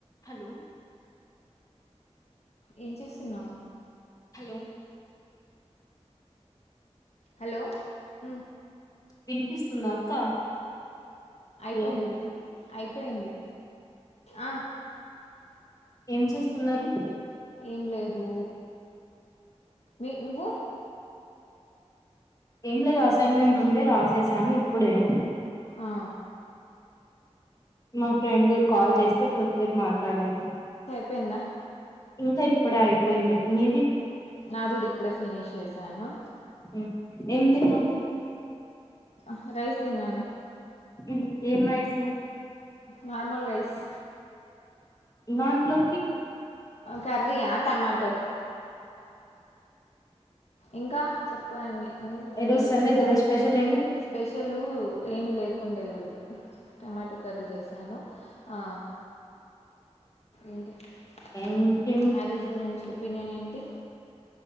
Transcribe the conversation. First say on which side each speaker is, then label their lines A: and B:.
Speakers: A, on the left (about 30°); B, on the left (about 70°).
A: Hello
B: ఏం చేస్తున్నావు
A: hello
B: hello ఉమ్
A: వినిపిస్తుందా అక్క
B: అయిపోయింది
A: హలో
B: అయిపోయింది ఆ
A: ఏం చేస్తున్నారు
B: ఏం లేదూ మి-నువ్వు
A: ఏం లేదు అస్ అసైన్మెంట్
B: ఫ్రెండ్
A: ఉంటే రాసేసాను ఇప్ ఇప్పుడే
B: ఆ
A: మా ఫ్రెండ్ కాల్ చేస్తే కొద్దిసేపు మాట్లాడాను
B: పోయిందా
A: ఇంకా ఇప్పుడే అయిపోయింది మీది
B: నాది కూడా ఇప్పుడే ఫినిష్ చేసాను
A: ఉమ్ ఏం తిన్నావు
B: హా రైస్ తిన్నాను
A: ఉంహు ఏం రైసు
B: నార్మల్ రైస్
A: ఇవాంట్లోకి
B: కర్రియా టమాటో ఇంకా చెప్పండి
A: ఈరోజు
B: ఉమ్
A: సండే కదా స్పెషల్ ఏమి
B: స్పెషలు ఏమి లేకుండా ఈరోజు టమాటో కర్రీ చేసాను ఆ ఏంటి
A: ఇంకేమి
B: ఇంకా మ్యారేజ్ గురించి ఒపీనియన్ ఏంటి.